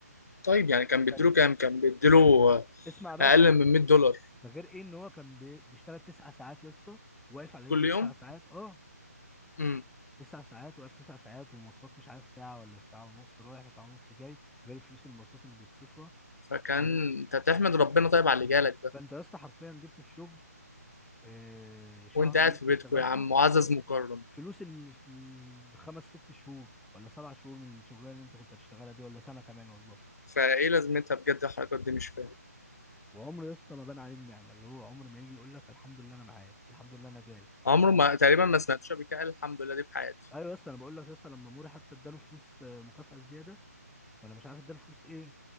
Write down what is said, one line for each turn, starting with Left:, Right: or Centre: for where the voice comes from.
Left: طيب يعني كان
Centre: وكان
Left: بيديله كام كان بيديله آه،
Centre: اسمع بس
Left: اقل من 100 دولار
Centre: ده غير ايه ان هو كان بي- بيشتغل تسع ساعات يا اسطى واقف على رجله
Left: كل يوم
Centre: تسع ساعات اه
Left: امم
Centre: تسع ساعات واقف تسع ساعات ومواصلات مش عارف ساعه ولا ساعه ونص رايح وساعه ونص جاي غير فلوس المواصلات اللي بيصرفها
Left: فكان
Centre: فاهمني
Left: انت تحمد ربنا طيب على اللي جالك ده
Centre: فانت يا اسطى حرفيا جبت في شغل آه، شهر
Left: وانت قاعد
Centre: اللي انت
Left: في بيتكو
Centre: اشتغلته
Left: يا عم معزز مكرم
Centre: فلوس ال- الخمس ست شهور ولا سبع شهور من الشغلانه اللي انت كنت هتشتغلها دي ولا سنه كمان والله
Left: فايه لازمتها بجد الحركات دي مش فاهم
Centre: وعمر يا اسطى ما بان عليه النعمه اللي هو عمر ما يجي يقول لك الحمد لله انا معايا الحمد لله انا جالي
Left: عمره
Centre: لا
Left: ما تقريبا ما سمعتش قبل كده قال الحمد لله دي في حياتي
Centre: ايوه يا اسطى انا بقول لك يا اسطى لما موري حتى اداله فلوس آه، مكافاه زياده ولا مش عارف اداله فلوس ايه